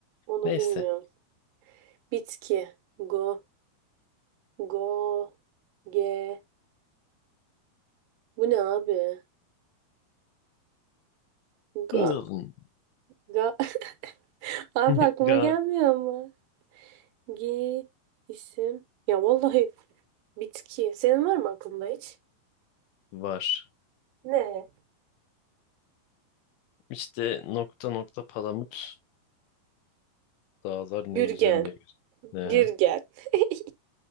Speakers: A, on the right; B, on the left.
A: Onu
B: Neyse.
A: bilmiyorum. Bitki. Go, go, ge. Bu ne abi? Ga,
B: Ilın.
A: ga. <laughs> Abi
B: <laughs>
A: aklıma
B: Ga
A: gelmiyor ama. Gi, isim. Ya vallahi bitki. Senin var mı aklında hiç?
B: var.
A: Ne?
B: İşte nokta nokta palamut. Dağlar ne
A: Gürgen.
B: güzel ne güzel. Ehe.
A: Gir gel. <laughs>